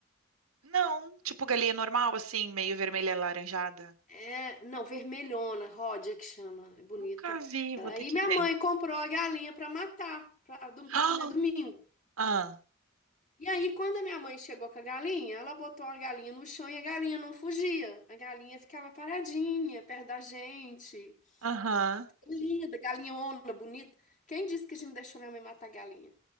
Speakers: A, on the right; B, on the left.
A: não, tipo galinha normal, assim, meio vermelha e alaranjada.
B: É, não, vermelhona, ródia que chama, é bonita.
A: Nunca vi,
B: Aí
A: vou ter que
B: minha
A: ver.
B: mãe comprou a galinha pra matar, pra, dom-
A: <gasps>
B: pra comer
A: Ah,
B: domingo.
A: ah,
B: E aí, quando a minha mãe chegou com a galinha, ela botou a galinha no chão e a galinha não fugia. A galinha ficava paradinha, perto da gente.
A: aham.
B: Que Linda, galinhona, bonita. Quem disse que a gente deixou minha mãe matar a galinha?